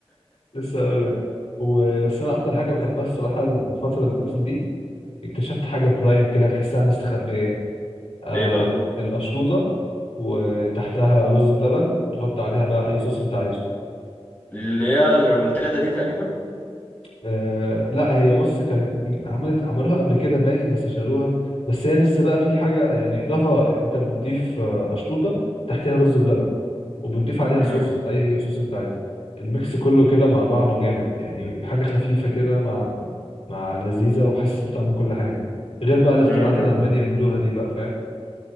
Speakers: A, on the left; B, on the left.
A: لسه اقول لك وبس انا اكتر حاجة بحبها الصراحة الفترة اللي فاتت دي اكتشفت حاجة برايم كده تحسها مستخبية آه
B: ايه بقى
A: القشطوطة وتحتها رز بلبن تحط عليها بقى اي صوص انت عايزه
B: اللي هي الريمونتادا دي تقريبا
A: آه لا هي بص كانت عملت عملوها قبل كده باين بس شالوها بس هي لسه بقى في حاجة يعني إضافة أنت بتضيف آه، أشطوطة تحتها رز بلبن وبتضيف عليها
B: امم
A: صوص أي صوص أنت عايزه الميكس كله كده مع بعضه جامد يعني حاجة خفيفة كده مع مع لذيذة وحاسس بطعم كل حاجة غير بقى الاختراعات
B: امم
A: اللي عمالين يعملوها دي بقى فاهم